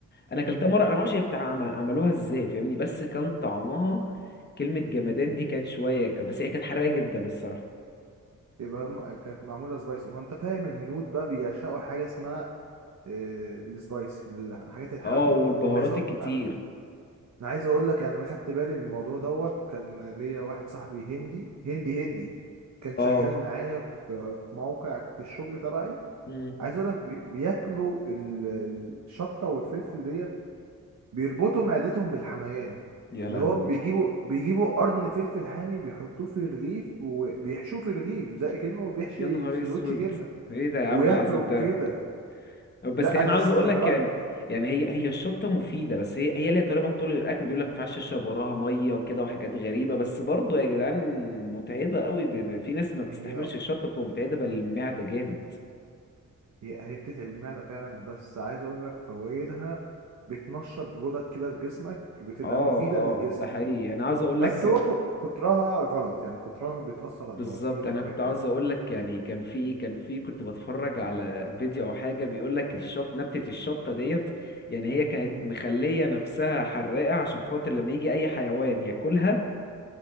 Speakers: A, on the left; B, on the right.
A: انا اكلتها
B: مم.
A: مرة انا معرفش هي بتاع عم- عملوها ازاي فاهمني بس كان طعمها كلمة جمدان دي كان شوية كان بس هي كانت حراقة جدا الصراحة
B: يبقى م- كانت معمولة سبايسي ما انت فاهم الهنود بقى بيعشقوا حاجة اسمها آه، السبايسي الحاجات الحامية
A: اه والبهارات
B: عايز أ-
A: الكتير
B: انا انا عايز اقول لك يعني انا خدت بالي من الموضوع دوت كان ليا واحد صاحبي هندي هندي هندي كان
A: اه
B: شغال معايا في في موقع في الشغل تبعي
A: مم.
B: عايز اقول لك بي- بياكلوا ال- الشطة والفلفل ديت بيربطوا معدتهم بالحميان
A: يا لهوي
B: اللي هو بيجيبوا بيجيبوا قرن فلفل حامي بيحطوه في الرغيف وبيحشوه في الرغيف زي كأنه بيحشي
A: يا نهار
B: سندوتش
A: اسود
B: جبنة
A: ايه ده يا عم
B: وياكلوا
A: العذاب ده
B: كده
A: بس
B: لا
A: انا
B: انا
A: عاوز
B: استغربت
A: اقول لك يعني يعني هي هي الشطه مفيده بس هي هي ليها طريقه طول الاكل بيقول لك ما ينفعش تشرب وراها ميه وكده وحاجات غريبه بس برضه يا جدعان متعبه قوي ب- في ناس ما بتستحملش
B: هي
A: الشطه بتبقى متعبه للمعده جامد
B: هي هي بتتعب المعدة فعلا بس عايز اقول لك فوائدها بتنشط غدد كده في جسمك بتبقى
A: اه
B: مفيدة
A: اه
B: للجسم
A: ده حقيقي انا عاوز اقول
B: بس
A: لك
B: هو ك- كترها غلط يعني كترها بتأثر
A: بالظبط
B: على البواسير
A: انا
B: وحاجات
A: كنت عاوز
B: تانية
A: اقول لك يعني كان في كان في كنت بتفرج على فيديو او حاجه بيقول لك الشط نبتة الشطه ديت يعني هي كانت
B: مم.
A: مخليه نفسها حراقه عشان خاطر لما يجي اي حيوان ياكلها